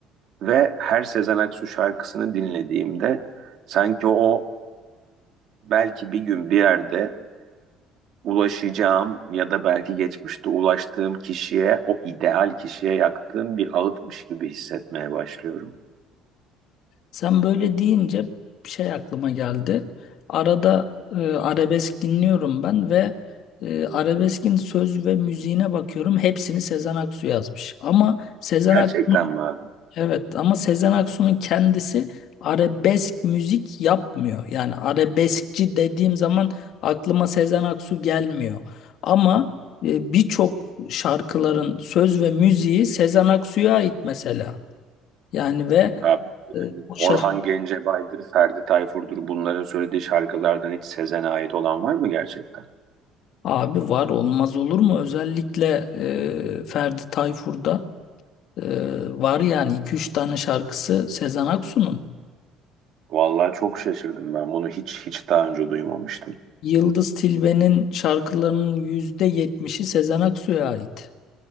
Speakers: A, on the right; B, on the left.
A: Ve her Sezen Aksu şarkısını dinlediğimde sanki o belki bir gün bir yerde ulaşacağım ya da belki geçmişte ulaştığım kişiye, o ideal kişiye yaktığım bir ağıtmış gibi hissetmeye başlıyorum.
B: Sen böyle deyince bir şey aklıma geldi. Arada e, arabesk dinliyorum ben ve e, arabeskin söz ve müziğine bakıyorum. Hepsini Sezen Aksu yazmış. Ama Sezen
A: Gerçekten
B: Aksu
A: mi abi?
B: Evet ama Sezen Aksu'nun kendisi arabesk müzik yapmıyor. Yani arabeskçi dediğim zaman aklıma Sezen Aksu gelmiyor. Ama e, birçok şarkıların söz ve müziği Sezen Aksu'ya ait mesela. Yani ve
A: Abi yani
B: e, o şaş-
A: Orhan Gencebay'dır, Ferdi Tayfur'dur bunların söylediği şarkılardan hiç Sezen'e ait olan var mı gerçekten?
B: abi var olmaz olur mu? Özellikle e, Ferdi Tayfur'da e, var yani iki üç tane şarkısı Sezen Aksu'nun.
A: Vallahi çok şaşırdım ben. Bunu hiç hiç daha önce duymamıştım.
B: Yıldız Tilbe'nin şarkılarının yüzde yetmişi Sezen Aksu'ya ait.